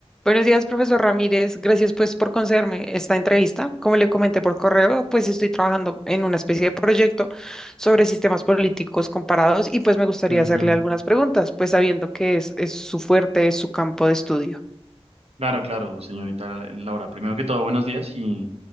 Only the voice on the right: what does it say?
Ujú.
Claro, claro, señorita Laura. Primero que todo, buenos días y,